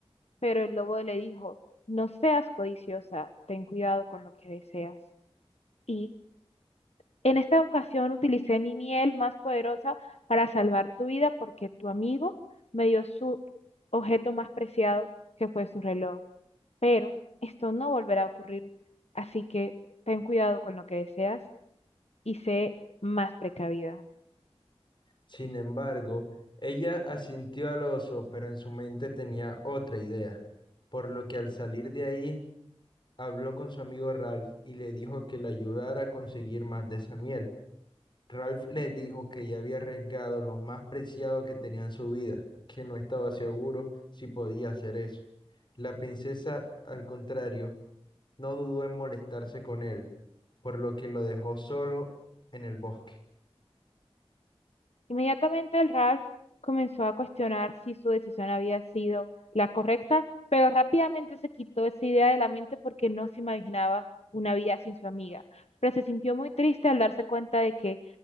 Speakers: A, on the left; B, on the left.
A: Pero el lobo le dijo, no seas codiciosa, ten cuidado con lo que deseas. Y en esta ocasión utilicé mi miel más poderosa para salvar tu vida porque tu amigo me dio su objeto más preciado, que fue su reloj. pero esto no volverá a ocurrir, así que ten cuidado con lo que deseas y sé más precavida.
B: Sin embargo, ella asintió al oso, pero en su mente tenía otra idea, por lo que al salir de ahí, habló con su amigo Ralph y le dijo que le ayudara a conseguir más de esa miel. Ralph le dijo que ya había arriesgado lo más preciado que tenía en su vida, que no estaba seguro si podía hacer eso. La princesa, al contrario, no dudó en molestarse con él, por lo que lo dejó solo en el bosque.
A: Inmediatamente el Ralph comenzó a cuestionar si su decisión había sido la correcta, pero rápidamente se quitó esa idea de la mente porque no se imaginaba una vida sin su amiga, pero se sintió muy triste al darse cuenta de que